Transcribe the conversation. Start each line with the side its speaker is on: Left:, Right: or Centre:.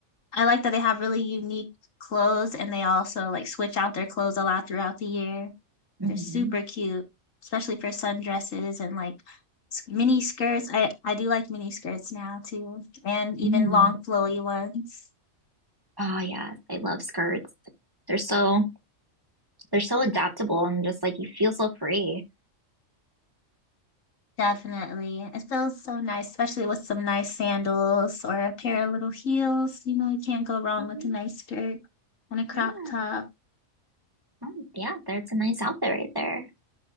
Left: I like that they have really unique clothes and they also like switch out their clothes a lot throughout the year.
Right: hmm
Left: They're super cute, especially for sundresses and like s- mini skirts. I, I do like mini skirts now too, and even
Right: Mm.
Left: long flowy ones.
Right: Oh yes, I love skirts. They're so they're so adaptable and just like you feel so free.
Left: Definitely. It feels so nice, especially with some nice sandals or a pair of little heels. You know, you can't go wrong
Right: hmm
Left: with a nice skirt and a crop
Right: Yeah.
Left: top.
Right: Oh, yeah, that's a nice outfit right there.